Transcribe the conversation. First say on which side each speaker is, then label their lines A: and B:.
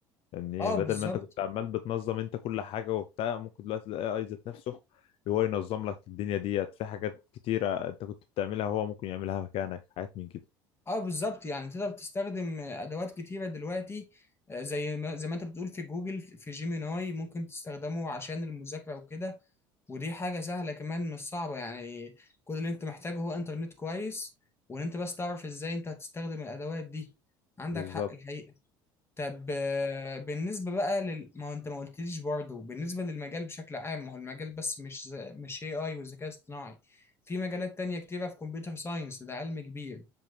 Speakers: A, on the left; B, on the left.
A: يعني
B: اه
A: بدل
B: بالظبط
A: ما انت كنت عمال بتنظم انت كل حاجه وبتاع ممكن دلوقتي الاي اي ذات نفسه هو ينظم لك الدنيا ديت في حاجات كتيره انت كنت بتعملها هو ممكن يعملها مكانك حاجات من كده
B: اه بالظبط يعني تقدر تستخدم ادوات كتيره دلوقتي آه، زي ما زي ما انت بتقول في جوجل في جيميناي ممكن تستخدمه عشان المذاكره وكده ودي حاجة سهلة كمان مش صعبة يعني كل اللي انت محتاجه هو انترنت كويس وان انت بس تعرف ازاي انت هتستخدم الادوات دي عندك
A: بالظبط
B: حق الحقيقة طب آه، بالنسبة بقى لل... ما هو انت ما قلتليش برضه بالنسبة للمجال بشكل عام ما هو المجال بس مش ز... مش AI والذكاء الاصطناعي في مجالات تانية كتيرة في كمبيوتر ساينس ده علم كبير